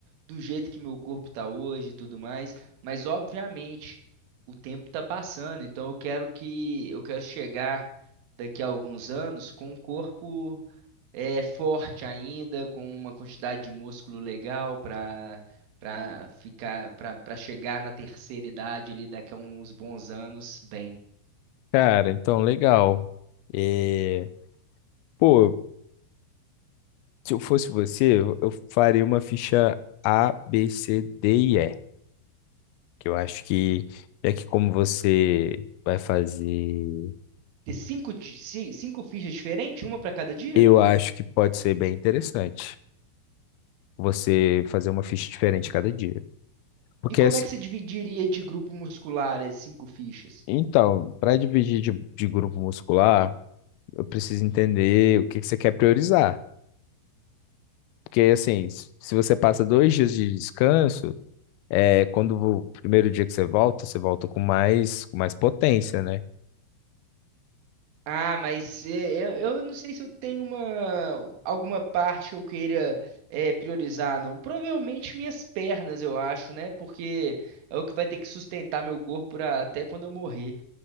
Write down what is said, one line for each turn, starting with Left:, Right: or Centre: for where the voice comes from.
Right: do jeito que meu corpo tá hoje e tudo mais, mas obviamente o tempo tá passando, então eu quero que eu quero chegar daqui a alguns anos com um corpo é, forte ainda, com uma quantidade de músculo legal para para ficar para para chegar na terceira idade ali daqui a uns bons anos bem.
Left: Cara, então, legal. É, Pô, se eu fosse você, eu eu faria uma ficha A, B, C, D e E. Que eu acho que, é que como você vai fazer,
Right: ter cinco, di- ci- cinco fichas diferentes, uma para cada dia?
Left: eu acho que pode ser bem interessante você fazer uma ficha diferente cada dia. Porque,
Right: E como
Left: as-
Right: é que você dividiria de grupo muscular as cinco fichas?
Left: então, para dividir de, de grupo muscular, eu preciso entender o que que você quer priorizar. Porque, assim, se se você passa dois dias de descanso. É, quando o primeiro dia que você volta, você volta com mais, com mais potência, né?
Right: Ah, mas é, eu, eu não sei se eu tenho uma, alguma parte que eu queira é, priorizar, não. Provavelmente minhas pernas, eu acho, né? Porque é o que vai ter que sustentar meu corpo pra- até quando eu morrer.